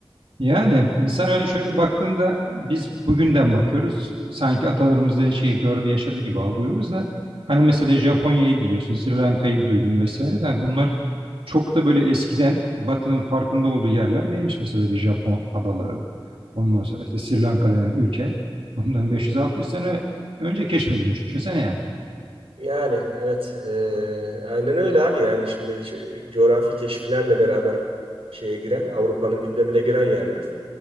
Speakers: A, on the right (about 70°); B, on the right (about 90°).
A: Yani insan hani şöyle baktığında biz bugünden bakıyoruz. Sanki atalarımız da şey gördü, yaşadı gibi algılıyoruz da hani mesela Japonya'yı biliyorsun, Sri Lanka'yı duydun vesaire de bunlar çok da böyle eskiden Batı'nın farkında olduğu yerler değilmiş. Mesela bir Japon adaları. Ondan sonra işte Sri Lanka denen ülke bundan 500-600 sene önce keşfedilmiş. Düşünsene yani.
B: Yani evet eee, aynen öyle abi yani şimdi şu coğrafi keşiflerle beraber şeye giren Avrupa'nın gündemine giren yerler.